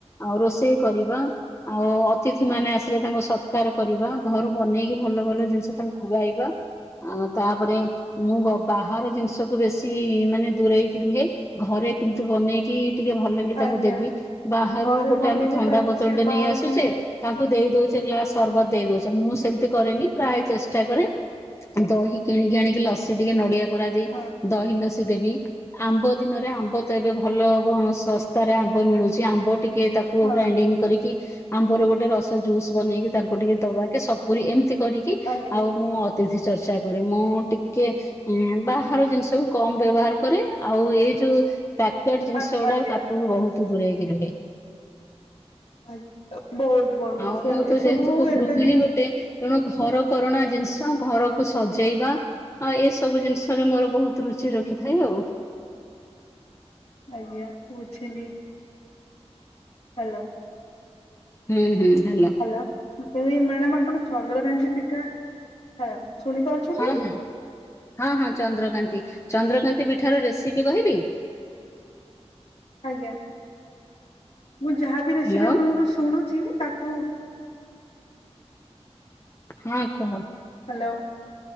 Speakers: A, on the left; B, on the left.
A: ଆଉ ରୋଷେଇ କରିବା। ଆଉ ଅତିଥି ମାନେ ଆସିଲେ ତାଙ୍କୁ ସତ୍କାର କରିବା ଘରୁ ବନେଇକି ଭଲ ଭଲ ଜିନିଷ ତାଙ୍କୁ ଖୁଆଇବା। ଆଉ ତାପରେ ମୁଁ ବ ବାହାର ଜିନିଷକୁ ବେଶୀ ମାନେ ଦୂରେଇକି ରୁହେ। ଘରେ କିନ୍ତୁ ବନେଇକି ଟିକିଏ ଭଲକି
B: ଆଜ୍ଞା
A: ତାଙ୍କୁ ଦେବି। ବାହାରୁ
B: ଘରେ
A: ଗୋଟେ
B: ବନେଇଲେ
A: ଆମେ ଥଣ୍ଡା
B: ତା
A: ବୋତଲ
B: ସେ
A: ଟେ
B: ବାହାରଠୁ
A: ନେଇ ଆସୁଚେ
B: ବି
A: ତାଙ୍କୁ ଦେଇ ଦଉଚେ ଗ୍ଲାସ
B: ଆଜ୍ଞା
A: ସରବତ ଦେଇ ଦଉ ଚ ମୁଁ ସେମିତି କରେନି ପ୍ରାୟ ଚେଷ୍ଟା କରେ ଦହି କିଣିକି ଆଣି କି ଲସି ଟିକେ ନଡିଆ କୋରା ଦେଇ।
B: ହଁ
A: ଦହି ଲସି ଦେବି ଆମ୍ବ ଦିନରେ ଆମ୍ବ ତ ଏବେ ଭଲ ହଉ ଉଁ ଶସ୍ତାରେ ଆମ୍ବ ମିଳୁଛି ଆମ୍ବ ଟିକେ ତାକୁ
B: ହଁ
A: ଗ୍ରାଇଣ୍ଡିଙ୍ଗ କରିକି। ଆମ୍ବର ଗୋଟେ ରସ ଜୁସ୍ ବନେଇକି ତାଙ୍କୁ ଟିକେ ଦବା କି ସପୁରି ଏମିତି କରିକି
B: ଆଜ୍ଞା
A: ଆଉ ମୁଁ ଅତିଥି ଚର୍ଚ୍ଚା କରେ ମୁଁ ଟିକେ ଏଁ ବାହାର ଜିନିଷ କୁ କମ ବ୍ୟବହାର କରେ ଆଉ ଏ ଯୋଉ ପ୍ୟକେଡ ଜିନିଷ
B: ଆ
A: ଗୁଡା
B: ଆଜ୍ଞା।
A: ତାକୁ ବି ବହୁତ ଦୂରେଇକି ରୁହେ।
B: ଆ ବହୁତ ବଢିଆ
A: ଆଉ
B: ସେ
A: ମୁଁ ତ
B: ଏସବୁ
A: ଯେହେତୁ କୁ ଗୃହିଣୀ
B: ଏବେ
A: ଗୋଟେ। ତେଣୁ ଘର କରଣା ଜିନିଷ ଘରକୁ ସଜେଇବା। ହଁ ଏସବୁ ଜିନିଷରେ ମୋର ବହୁତ ରୁଚି ରଖିଥାଏ ଆଉ।
B: ଆଜ୍ଞା ବୁଝିଲି। ହ୍ୟାଲୋ।
A: ହୁଁ ହୁଁ ହାଲୋ।
B: ହ୍ୟାଲୋ ମୁଁ କହିଲି, ମ୍ୟାଡ଼ାମ ଆପଣ ଚନ୍ଦ୍ର କାନ୍ତି ପିଠା ହ ଶୁଣିପାରୁଛନ୍ତି।
A: ହଁ ହଁ ହଁ ହଁ ଚନ୍ଦ୍ରକାନ୍ତି, ଚନ୍ଦ୍ରକାନ୍ତି ପିଠା ର ରେସିପି କହିବି।
B: ଆଜ୍ଞା ମୁଁ ଯାହାବି ରେସିପି
A: ହ୍ୟାଲୋ
B: ଆପଣଙ୍କଠୁ ଶୁଣୁଛି ତାକୁ
A: ହଁ କୁହ।
B: ହ୍ୟାଲୋ।